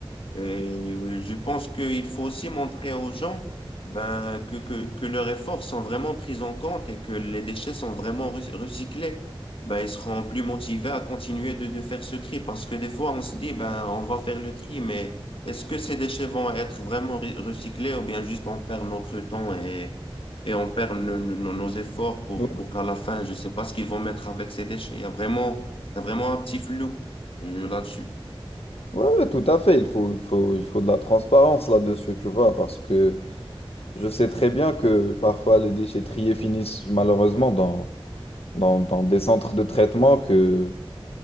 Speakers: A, on the left; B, on the left.
A: Et je pense qu'il faut aussi montrer aux gens ben, que, que, que leurs efforts sont vraiment pris en compte et que les déchets sont vraiment re- recyclés. Ben, ils seront plus motivés à continuer de, de faire ce tri parce que des fois, on se dit, ben, on va faire le tri, mais est-ce que ces déchets vont être vraiment re- recyclés ou bien juste on perd notre temps et, et on perd nos, nos, nos efforts pour,
B: Ouais.
A: pour qu'à la fin, je sais pas ce qu'ils vont mettre avec ces déchets. Il y a vraiment, il y a vraiment un petit flou euh, là-dessus.
B: Ouais, ouais, tout à fait. Il faut, il faut, il faut de la transparence là-dessus, tu vois, parce que je sais très bien que parfois les déchets triés finissent malheureusement dans, dans, dans des centres de traitement que